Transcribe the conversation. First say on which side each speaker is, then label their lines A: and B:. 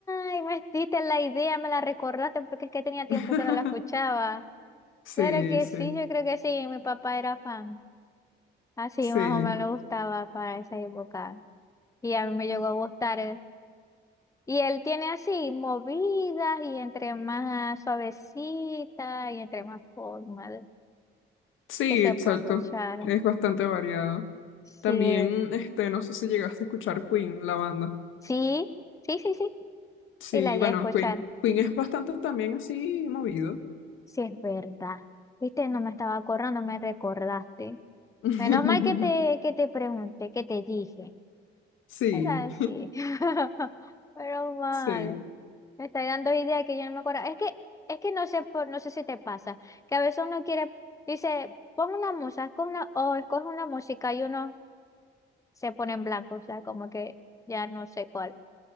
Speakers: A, on the left (about 15°); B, on the left (about 80°).
A: Ay, me diste la idea, me la recordaste porque es que tenía tiempo
B: <laughs>
A: que no la escuchaba.
B: Sí,
A: Claro que
B: sí,
A: sí, yo creo que sí, mi papá era fan. Así
B: sí.
A: más o menos le gustaba para esa época. Y a mí me llegó a gustar. eh. Y él tiene así movidas y entre más suavecita y entre más forma de-
B: Sí,
A: que se
B: exacto.
A: puede escuchar.
B: Es bastante variado.
A: Sí,
B: También, este, no sé si llegaste a escuchar Queen, la banda.
A: sí, sí, sí, sí.
B: Sí,
A: Y la llegué
B: bueno,
A: a escuchar.
B: Queen. Queen es bastante también así movido.
A: Sí, es verdad. Viste, no me estaba acordando, me recordaste.
B: <laughs>
A: Menos mal que te, que te pregunté, que te dije.
B: Sí,
A: Es así, <laughs> Pero mal.
B: <laughs> sí.
A: Me está dando idea que yo no me acuerdo. Es que, es que no sé por, no sé si te pasa. Que a veces uno quiere, dice, pon una música, con una, o escoge una música y uno se pone en blanco. O sea, como que ya no sé cuál.